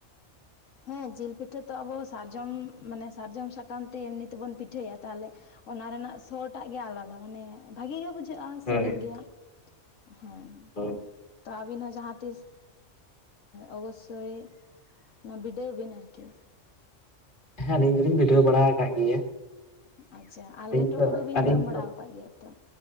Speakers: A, on the left; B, on the left.
A: ᱦᱮᱸ ᱡᱤᱞ ᱯᱤᱴᱷᱟᱹ ᱛᱚ ᱟᱵᱚ ᱥᱟᱨᱡᱚᱢ ᱢᱟᱱᱮ ᱥᱟᱨᱡᱚᱢ ᱥᱟᱠᱟᱢ ᱛᱮ ᱮᱢᱱᱤ ᱛᱮᱵᱚᱱ ᱯᱤᱴᱷᱟᱹᱭᱟ ᱛᱟᱦᱚᱞᱮ ᱚᱱᱟ ᱨᱮᱱᱟᱜ ᱥᱚᱴᱟᱜ ᱜᱮ ᱟᱞᱟᱫᱟ ᱢᱟᱱᱮ ᱵᱷᱟᱜᱤ ᱜᱮ ᱵᱩᱡᱷᱟᱹᱜᱼᱟ ᱥᱤᱵᱤᱞ
B: ᱦᱳᱭ
A: ᱜᱮᱭᱟ ᱦᱮᱸ
B: ᱦᱳᱭ
A: ᱛᱟ ᱟᱵᱤᱱ ᱦᱚᱸ ᱡᱟᱦᱟᱸ ᱛᱤᱥ ᱚᱵᱚᱥᱥᱳᱭ ᱚᱱᱟ ᱵᱤᱰᱟᱹᱣ ᱵᱤᱱ ᱟᱨᱠᱤ
B: ᱦᱮᱸ ᱟᱞᱤᱧ ᱫᱚᱞᱤᱧ ᱵᱤᱰᱷᱟᱹᱣ ᱵᱟᱲᱟ ᱟᱠᱟᱫ ᱜᱮᱭᱟ᱾
A: ᱟᱪᱪᱷᱟ ᱟᱨ
B: ᱟᱹᱞᱤᱧ
A: ᱞᱮᱴᱚ
B: ᱛᱚ
A: ᱠᱚᱫᱚ ᱵᱤᱱ
B: ᱟᱹᱞᱤᱧ
A: ᱡᱚᱢ ᱵᱟᱲᱟ
B: ᱛᱚ
A: ᱟᱠᱟᱫ ᱜᱮᱭᱟ ᱛᱚ